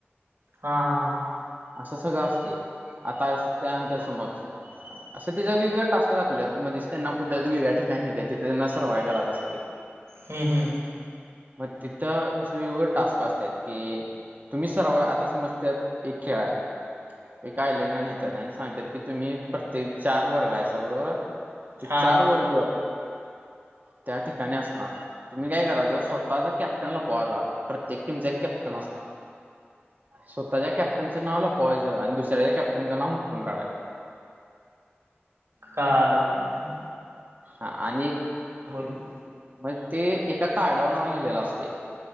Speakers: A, on the right; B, on the right.
A: हा, हा.
B: असं सगळं असतंय. आता त्यानंतर, समज असं त्याच्या वेगवेगळ्या टास्क दाखवल्यात. मध्येच त्यांना कुठ्या वेगळ्या ठिकाणीे नेत्यात. तिथे त्यांना सर्वाइ करत असतय.
A: हम, हम.
B: मग तिथं, असं वेगवेगळे टास्क असत्यात. की, तुम्ही सर्व, आता समज, त्यात एक खेळाय एका आयलंडला नेेत्यात. आणि सांगत्यात की, तुम्ही प्रत्येक चार वर्ग आहेसा, बरोबर. ते
A: हा
B: चार वर्ग, त्या ठिकाणी असणार. तुम्ही काय करायचं. स्वतःचा कॅप्टन लपवायचा. प्रत्येक टीमचा एक कॅप्टन असणार. स्वतःच्या कॅप्टनच नाव लपवायच. आणि दुसऱ्या कॅप्टनचं नाव हुडकून काढायचं.
A: काळाल, काळाल.
B: हा. आणि
A: बोल
B: मग ते एका, कार्डावर नाव लिहिलेलं असतय.